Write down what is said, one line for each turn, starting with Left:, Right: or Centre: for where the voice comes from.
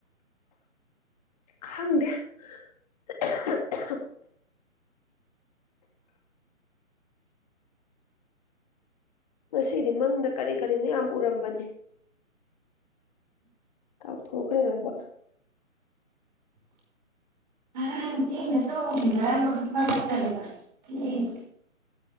Left: ꯈꯪꯗꯦ ꯊꯞ ꯉꯁꯤꯗꯤ ꯃꯪꯗ ꯀꯔꯤ ꯀꯔꯤꯅ ꯌꯥꯝ ꯎꯔꯝꯕꯅꯤ ꯀꯥꯎꯊꯣꯛꯈ꯭ꯔꯦꯕ
Right: ꯍꯔ ꯊꯦꯡꯅ ꯇꯧꯕ꯭ꯔꯥ ꯑꯃ ꯍꯥꯐꯗꯗꯦꯡ